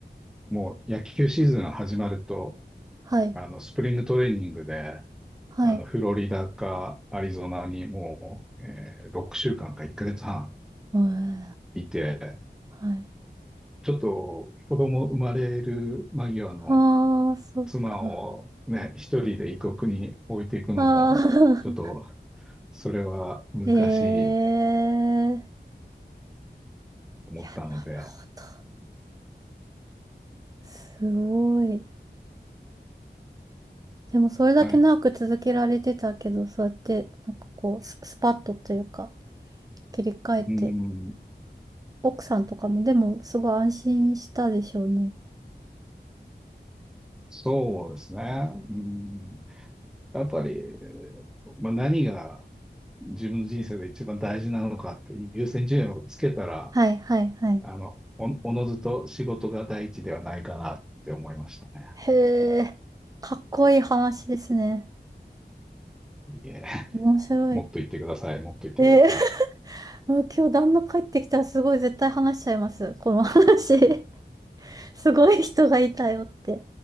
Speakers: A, in the centre; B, on the right.
A: もう野球シーズンが始まると、
B: はい、
A: あの、スプリングトレーニングで、
B: はい、
A: あの、フロリダかアリゾナにもう、えー6週間か1ヶ月半
B: うん
A: いて、
B: はい。
A: ちょっと子供生まれる間際の
B: ああ、そっか。
A: 妻をね、一人で異国に置いていくのも、
B: ああ、
A: ちょっとそれは難しいと
B: <laughs> へえ。いや、なる
A: 思ったので、
B: ほど。すごい。でも、それだけ長く続けられてたけど、
A: はい、
B: そうやって、なんかこう、ス、スパッとというか、切り替えて、
A: うん
B: 奥さんとかも、でも、すごい安心したでしょうね。
A: そうですね。うん、やっぱり、まあ、何が自分の人生で一番大事なのかって優先順位をつけたら、
B: はい、はい、はい。
A: あの、お、おのずと仕事が第一ではないかなって思いましたね。
B: へえ、かっこいい話ですね。
A: いえ、
B: 面白い。
A: もっと言ってください。もっと言ってください。
B: えー、<laughs> もう今日旦那帰ってきたらすごい絶対話しちゃいます。この話。すごい人がいたよって。